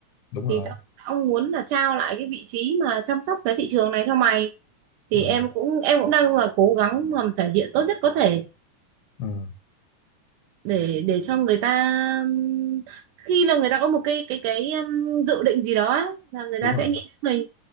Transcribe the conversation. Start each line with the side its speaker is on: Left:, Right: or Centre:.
Left: đúng
Right: thì
Left: rồi
Right: tao, tao muốn là trao lại cái vị trí mà chăm sóc cái thị trường này cho mày thì
Left: ừ,
Right: em cũng em cũng đang là cố gắng làm thể hiện tốt nhất có thể
Left: ừ,
Right: để để cho người ta ừm, khi là người ta có một cái cái cái ừm, dự định gì đó á, là người ta
Left: đúng
Right: sẽ
Left: rồi
Right: nghĩ đến mình